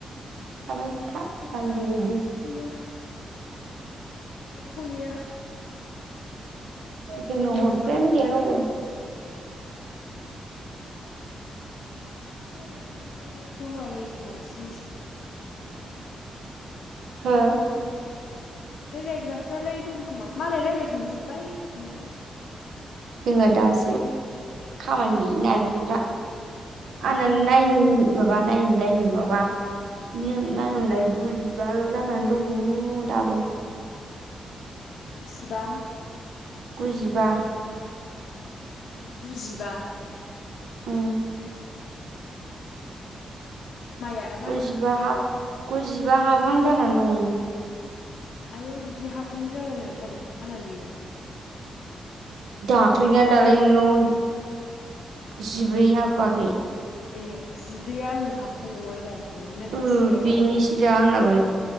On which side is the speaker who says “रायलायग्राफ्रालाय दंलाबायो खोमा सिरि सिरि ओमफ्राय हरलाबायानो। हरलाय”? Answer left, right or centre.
Left